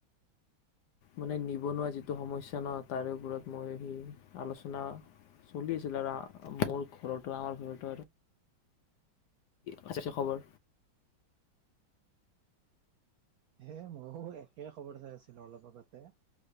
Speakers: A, on the left (about 70°); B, on the right (about 85°).
A: মানে নিবনুৱা যিটো সমস্যা ন তাৰে ওপৰত মই সি আলোচনা চলি আছিল আৰ মোৰ ঘৰতো আমাৰ ঘৰতো আৰু আচ্ছা আচ্ছা খবৰ
B: হে ময়ো একে খবৰ চাই আছিলো অলপ আগতে